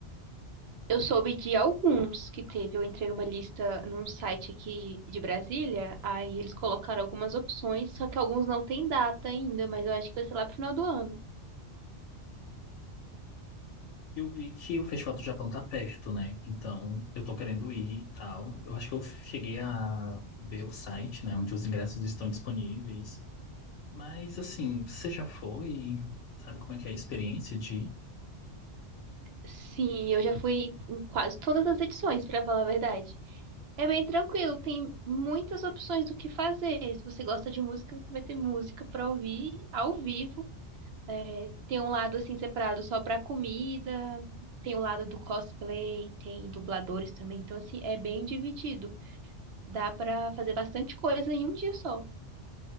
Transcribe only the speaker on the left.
Eu vi que o Festival do Japão tá perto, né? Então, eu tô querendo ir e tal. Eu acho que eu cheguei a ver o site, né, onde os ingressos estão disponíveis. Mas, assim, você já foi? Sabe como é que é a experiência de...